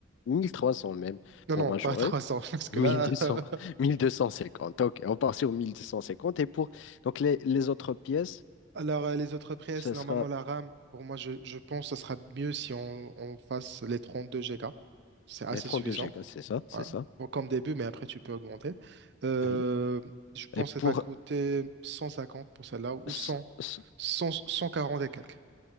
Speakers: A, on the left (about 65°); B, on the right (about 60°).
A: 1300 même
B: Non,
A: pour
B: non,
A: majorer.
B: pas 300, <laughs>
A: <laughs>
B: parce que
A: 1200,
B: là... <laughs>
A: 1250. Ok, on part sur 1250. Et pour donc les, les autres pièces,
B: Alors, euh, les autres pièces,
A: ce
B: normalement,
A: sera
B: la RAM, pour moi, je, je pense que ce sera mieux si on, on fasse les 32 Go. C'est assez
A: les 32
B: suffisant,
A: gigas, c'est ça? C'est
B: hein,
A: ça?
B: pour- comme début, mais après, tu peux augmenter. Euh,
A: oui
B: je pense
A: Et pour
B: que ça va coûter 150 pour celle-là, ou
A: ce-
B: 100,
A: ce-
B: 100, 140 et quelques,